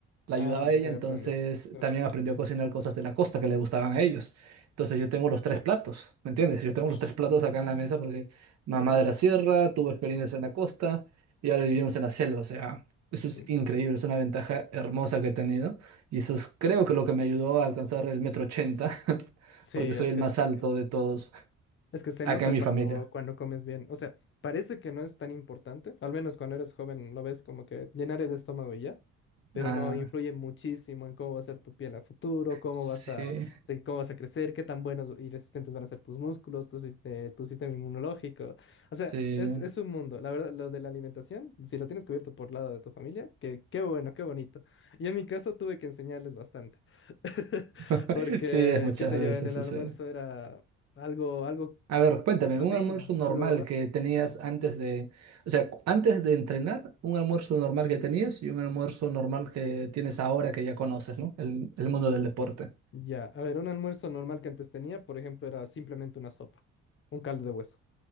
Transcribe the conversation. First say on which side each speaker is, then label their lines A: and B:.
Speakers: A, on the right (about 60°); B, on the left (about 45°).
A: la
B: Ah,
A: ayudaba
B: entonces
A: a ella, entonces
B: ya aprendí. No,
A: también aprendió a cocinar cosas de la costa que le gustaban a ellos. Entonces yo tengo los tres platos, ¿me entiendes? Yo tengo
B: Ush.
A: los tres platos acá en la mesa porque mamá de la sierra, tuvo experiencias en la costa y ahora vivimos en la selva, o sea, eso es
B: Mm.
A: increíble, es una ventaja hermosa que he tenido y eso es creo que lo que me ayudó a alcanzar el metro ochenta <laughs>
B: Sí,
A: porque
B: es
A: soy el
B: que
A: más
B: es.
A: alto de todos
B: Es que se
A: acá
B: nota
A: en mi
B: cuando,
A: familia.
B: cuando comes bien. O sea, parece que no es tan importante. Al menos cuando eres joven lo ves como que llenar el estómago y ya. Pero
A: Ah,
B: no, influye muchísimo en cómo va a ser tu piel a futuro, cómo
A: sí,
B: vas a, de cómo vas a crecer, qué tan buenos y resistentes van a ser tus músculos, tu, sis- eh, tu sistema inmunológico. O sea,
A: sí,
B: es, es un mundo. La verdad, lo de la alimentación, si lo tienes cubierto por lado de tu familia, que, qué bueno, qué bonito. Yo en mi caso tuve que enseñarles bastante. <laughs>
A: <laughs>
B: Porque,
A: sí, es muchas
B: qué sé
A: veces
B: yo, en el
A: sucede.
B: almuerzo era algo, algo
A: A ver, cuéntame,
B: sin proteínas,
A: un almuerzo normal
B: algo así.
A: que tenías antes de, o sea, cu- antes de entrenar, un almuerzo normal que tenías y un almuerzo normal que tienes ahora que ya conoces, ¿no? El, el mundo del deporte.
B: Ya, a ver, un almuerzo normal que antes tenía, por ejemplo, era simplemente una sopa, un caldo de hueso.